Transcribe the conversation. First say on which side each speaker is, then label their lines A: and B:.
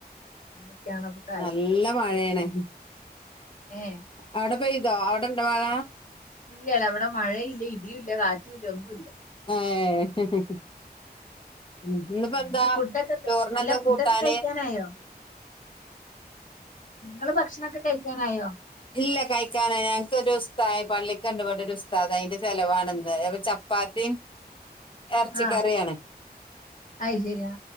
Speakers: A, on the left (about 50°); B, on the left (about 30°).
A: അങ്ങനെയൊക്കെയാണ് അപ്പൊ കാര്യങ്ങള്
B: നല്ല മഴയാണ്
A: ഏ
B: അവിടെ പെയ്തോ അവിടെണ്ടോ വാഴ
A: ഇല്ലല്ല അവിടെ മഴയില്ല ഇടിയുയില്ല കാറ്റുവില്ല ഒന്നുവില്ല
B: ഏ എനിക്കിപ്പേയെന്താ
A: എന്നിട്ട് ഫുഡൊക്കെ
B: ചോറിന്
A: അല്ല
B: എന്താ
A: ഫുഡൊക്കെ
B: കൂട്ടാന്
A: കഴിക്കാനായോ നിങ്ങള് ഭക്ഷണൊക്കെ കഴിക്കാനായോ
B: ഇല്ല കഴിക്കാന ഞങ്ങക്ക് ഒരു ഉസ്ത പള്ളിക്ക് കണ്ടപട്ട ഒരു ഉസ്താ അതിന്റെ ചെലവാണ് ഇന്ന് അപ്പ ചപ്പാത്തിയും എറച്ചിക്കറിയാണ്
A: ആഹ് അയ് ശരി ആ